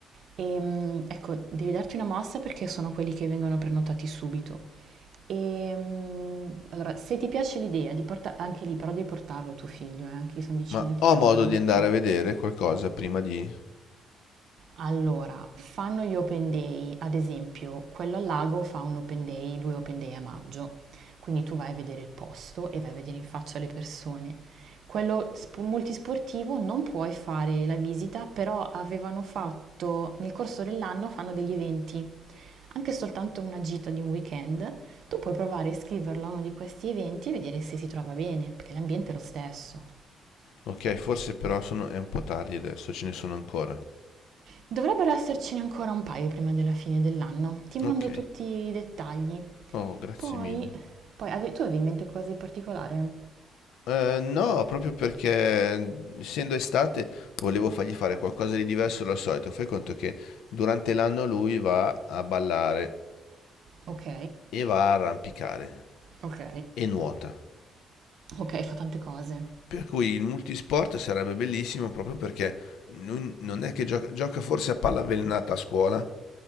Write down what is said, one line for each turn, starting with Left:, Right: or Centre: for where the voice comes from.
Right: E, mm, ecco, devi darti una mossa perché sono quelli che vengono prenotati subito. E, mm, allora, se ti piace l'idea di portare anche lì, però devi portarlo tuo figlio, eh, anche lì sono 10
Left: Ma
Right: minuti
Left: ho
Right: di
Left: modo
Right: auto la mattina.
Left: di andare a vedere qualcosa prima di...
Right: Allora, fanno gli open day, ad esempio, quello al lago fa un open day, due open day a maggio, quindi tu vai a vedere il posto e vai a vedere in faccia le persone. Quello sp- multisportivo non puoi fare la visita, però avevano fatto, nel corso dell'anno fanno degli eventi, anche soltanto una gita di un weekend, tu puoi provare a iscriverlo a uno di questi eventi e vedere se si trova bene, perché l'ambiente è lo stesso.
Left: Ok, forse però sono... è un po' tardi adesso, ce ne sono ancora.
Right: Dovrebbero essercene ancora un paio prima della fine dell'anno. Ti mando
Left: Ok.
Right: tutti i dettagli.
Left: Oh, grazie
Right: Poi,
Left: mille.
Right: poi ave- tu avevi in mente qualcosa di particolare?
Left: Eh, no, proprio perché essendo estate volevo fargli fare qualcosa di diverso dal solito. Fai conto che durante l'anno lui va a ballare
Right: Ok,
Left: e va a arrampicare
Right: ok,
Left: e nuota.
Right: ok, fa tante cose.
Left: Per cui il multisport sarebbe bellissimo proprio perché non non è che gioca, gioca forse a palla avvelenata a scuola?